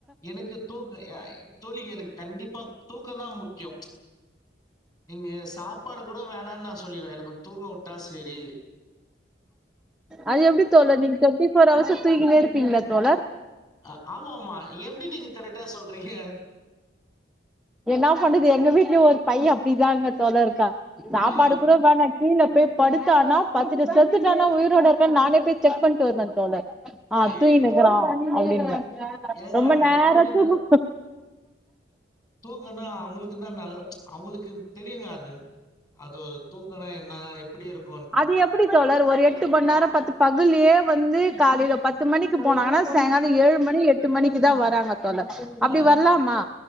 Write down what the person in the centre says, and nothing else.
அது எப்படி தோழர் நீங்க டுவென்டி ஃபோர் அவர்ஸ் தூங்கினே இருப்பீங்களா தோழர்
என்ன பண்ணுது எங்க வீட்லயும் ஒரு பைய அப்படிதாங்க தோழர் இருக்கா சாப்பாடு
கூட வேணா கீழ போய் படுத்தானா பத்துட்டு செத்துட்டான்னா உயிரோட இருக்கானா நானே போய் செக் பண்ணிட்டு வருவ தோழர் ஆ
தூங்கினு இருக்கிறான் அப்படிம்ப
ரொம்ப
நேரத்துக்கு
அது எப்படி தோழர் ஒரு எட்டு மணி நேர பத்து பகல்லியே வந்து காலையில பத்து மணிக்கு போனாங்கனா சாயங்கால ஏழு மணி எட்டு மணிக்கு தா வராங்க தோழர் அப்படி
வரலாமா